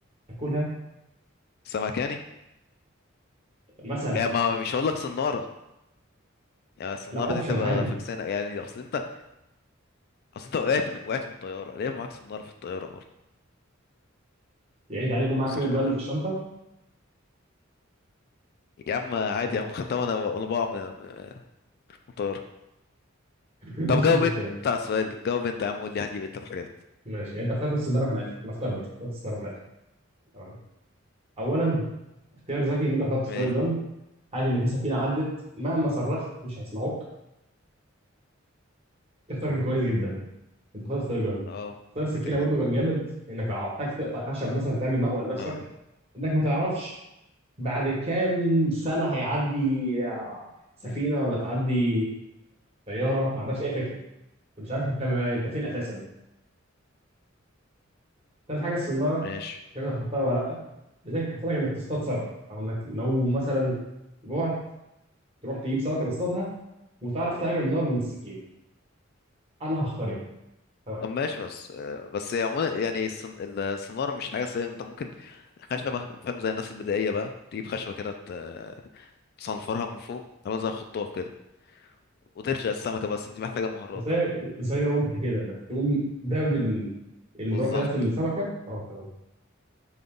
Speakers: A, on the right; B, on the left.
A: تاكلها
B: سمكاني يعني
A: مثلا
B: يعني ما مش هقول لك صنارة يعني الصنارة
A: لا اوبشن
B: دي تبقى
A: عادي
B: فكسانة يعني اصل انت اصل انت وقعت من... وقعت من طياره ليه معاك صناره في الطياره برضه
A: يعني انت عادي يكون معاك
B: صح
A: فلير جن
B: ولا ايه
A: في الشنطه
B: يا عم عادي
A: <laughs>
B: يا عم خدتها وانا وانا بقع من من- من طياره
A: مش
B: طب جاوب
A: مشكله
B: انت على السؤال جاوب انت يا عم قول لي هتجيب ايه طب حاجات
A: ماشي يعني انت اخترت السيناريو في الاخر نفترض اخترت السيناريو في الاخر تمام اولا اختيار ذكي ان انت اخترت فلير
B: ماشي
A: جن عادي ان في سفينه عدت مهما صرخت مش هيسمعوك اختيار كان كويس جدا انت اخترت سيرجن
B: اه
A: اختيار السكينه
B: ده كده
A: برضو
B: كده
A: كان جامد انك لو احتاج تقطع خشب مثلا تعمل مأوى لنفسك
B: اه
A: انك ما تعرفش بعد كام سنه هيعدي آه، سفينه
B: مم.
A: ولا تعدي طياره ما عندكش اي فكره انت مش عارف انت انت فين اساسا تالت حاجه السناره
B: ماشي
A: مش عارف اخترتها ولا لا لذلك هتحتاج انك تصطاد سمك او انك لو مثلا جوعت تروح تجيب سمكه تصطادها وتعرف تعمل نار من السكين انا هختار ايه تمام
B: طب ماشي بس آه، بس يعني عموما يعني الصن... الصنارة مش حاجة سهلة انت ممكن خشبة فاهم زي الناس البدائية بقى تجيب خشبة كده ت- تصنفرها من فوق تعملها زي خطاف كده وترشق السمكة بس دي محتاجة مهارات
A: زي
B: بقى
A: زي رمح كده انك تقوم داب ال- الرمح
B: بالظبط
A: ده في السمكه اه تمام